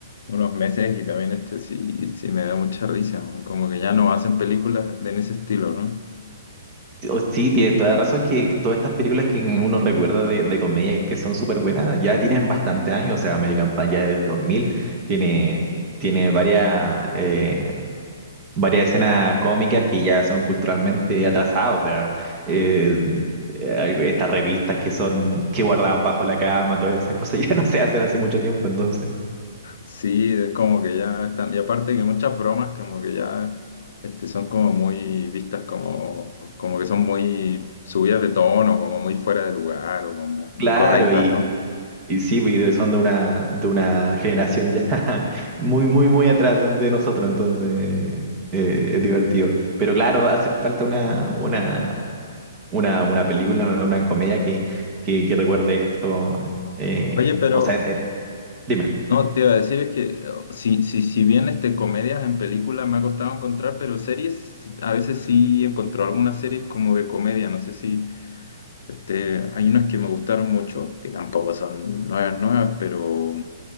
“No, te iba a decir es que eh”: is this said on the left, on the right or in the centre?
Left